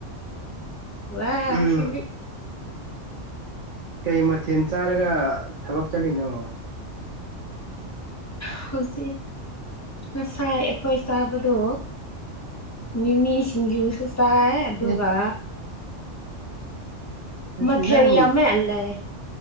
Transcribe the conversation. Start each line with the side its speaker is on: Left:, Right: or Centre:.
Left: ꯋꯥꯁꯤꯕꯤ
Right: ꯎꯝ ꯀꯩ ꯃꯊꯦꯜ ꯆꯥꯔꯒ ꯊꯕꯛ ꯆꯠꯂꯤꯅꯣ
Left: ꯍꯧꯖꯤꯛ ꯉꯁꯥꯏ ꯑꯩꯈꯣꯏ ꯆꯥꯕꯗꯣ ꯃꯤꯃꯤ ꯁꯤꯡꯖꯨꯁꯨ ꯆꯥꯏ ꯑꯗꯨꯒ
Right: ꯑꯦ ꯅꯠꯇ
Left: ꯃꯊꯦꯜ
Right: ꯅꯪ
Left: ꯌꯥꯝꯃꯦ ꯂꯩ